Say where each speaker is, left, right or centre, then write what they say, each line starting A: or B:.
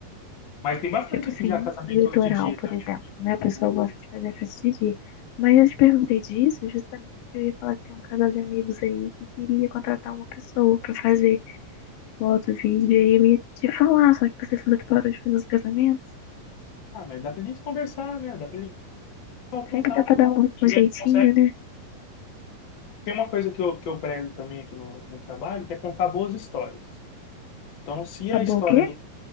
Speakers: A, on the left; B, on the left.
A: Mas tem bastante
B: tipo assim,
A: aqui já casamento
B: no litoral,
A: de dia,
B: por
A: tá
B: exemplo,
A: vendo?
B: né? A pessoa
A: O-
B: gosta de fazer a festa de dia. Mas eu te perguntei disso justamente porque eu ia falar que tem um casal de amigos aí que queria contratar uma pessoa pra fazer foto, vídeo, e aí eu ia te falar, só que você falou que parou de fazer os casamentos.
A: Ah, mas dá pra gente conversar, né? Dá pra gente ter o contato
B: Sempre dá pra dar
A: lá.
B: um, um
A: E
B: jeitinho,
A: aí consegue.
B: né?
A: Tem uma coisa que eu, que eu prezo também aqui no, no trabalho, que é contar boas histórias. Então, se
B: Acabou
A: a história
B: o quê?
A: do...